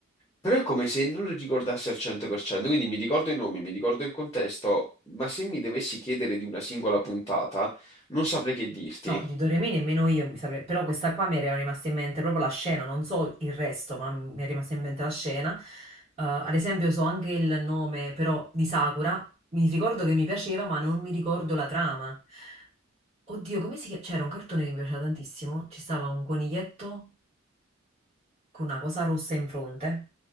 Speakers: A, on the left (about 15°); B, on the right (about 35°).
A: però è come se non li ricordassi al 100%, quindi mi ricordo i nomi, mi ricordo il contesto, ma se mi dovessi chiedere di una singola puntata, non saprei che dirti.
B: No, di Doremi nemmeno io mi saprei, però questa qua mi era rimasta in mente proprio la scena, non so il resto, ma mi è rimasta in mente la scena. Eh, ad esempio so anche il nome però di Sakura, mi ricordo che mi piaceva, ma non mi ricordo la trama. Oddio, come si chiama? C'era un cartone che mi piaceva tantissimo. Ci stava un coniglietto con una cosa rossa in fronte.